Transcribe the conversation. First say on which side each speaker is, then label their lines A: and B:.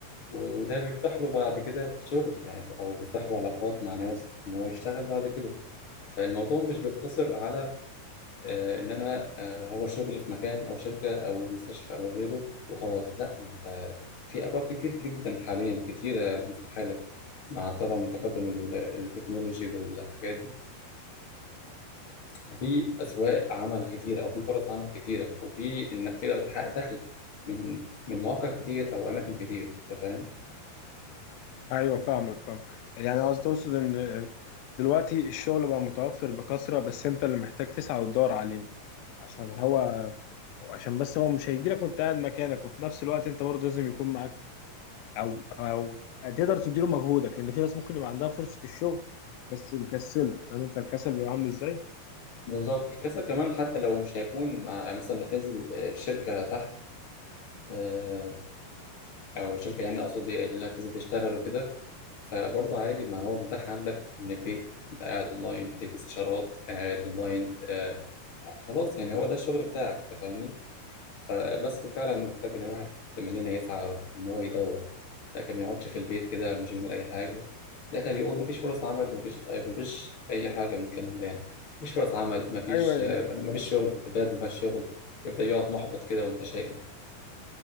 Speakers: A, on the left; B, on the left.
A: و- وده بيفتح له بعد كده شغل يعني أو بيفتح له علاقات مع ناس إن هو يشتغل بعد كده فالموضوع مش بيقتصر على آه، إن أنا آه، هو شغل في مكان أو شركة أو مستشفى أو غيره وخلاص لا أنت في أبواب كتير جدا حاليا كتيرة مفتوحة لك مع طبعا تقدم ال- التكنولوجي والحاجات دي ففي اسواق عمل كتيره او في فرص عمل كتيره وفي انك تقدر تحقق دخل من من مواقع كتير او اماكن كتير انت فاهم
B: ايوه فاهمك فاهم يعني قصدي تقصد ان دلوقتي الشغل بقى متوفر بكثره بس انت اللي محتاج تسعى وتدور عليه عشان هو أو عشان بس هو مش هيجيلك وانت قاعد مكانك وفي نفس الوقت انت برضه لازم يكون معاك او او تقدر تديله مجهودك لان في ناس ممكن يبقى عندها فرصه الشغل بس مكسله فاهم انت الكسل بيبقى عامل ازاي
A: بالظبط الكسل كمان حتى لو مش هيكون مع مثلا هتنزل آه، شركه تحت آه، او شركه يعني اقصد إيه، اللي هتنزل تشتغل وكده فبرضه عادي ما هو متاح عندك من البيت انت قاعد اونلاين بتدي استشارات قاعد اونلاين آه، خلاص يعني هو ده الشغل بتاعك انت فاهمني فبس فعلا محتاج ان الواحد مننا يسعى ان هو يدور لكن ما يقعدش في البيت كده مش بيعمل اي حاجه لكن بيقول مفيش فرص عمل مفيش مفيش اي حاجه من الكلام ده يعني مفيش فرص عمل مفيش
B: ايوه بي-
A: مفيش شغل البلد مفيهاش شغل يفضل يقعد محبط كده ومتشائم